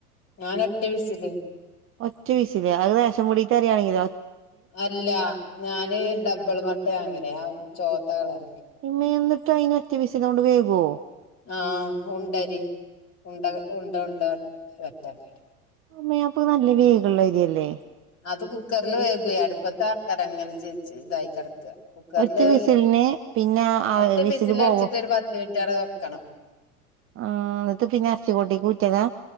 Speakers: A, on the left; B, on the right.
A: ഞാൻ അറ്റ വിഴസില്
B: ഒറ്റ വിസില് അത് റേഷൻ പീടിക അരിയാണെങ്കിൽ
A: അല്ല ഞാന് ഡബിൾ മട്ടെവാങ്ങല് ആ ചോത്ത കളറിൽ.
B: ഇമ്മന്നിട്ട് അയിന് ഒറ്റ വിസിലോണ്ട് വേവോ?
A: ആഹ ഉണ്ടരി ഉണ്ട ഉണ്ട ഉണ്ട വറ്റ ആ
B: അമ്മേ അപ്പത് നല്ല വേഗിള്ള അരിയല്ലേ?
A: അത് കുക്കറിൽ വേകും അടുപ്പത്തെ ആക്കാര അങ്ങനെ ച ഇതായി കിടക്ക. കുക്കറില്
B: ഒറ്റ വിസിലിന് പിന്നെ ആ
A: ഒറ്റ വിസില്
B: പോവും
A: അടിച്ചിട്ട് ഒരു പത്ത് മിനിറ്റ് അവിടെ വെക്കണം.
B: ആഹ അത് പിന്നെ എറച്ചി കൊട്ടി കൂറ്റിയതാ?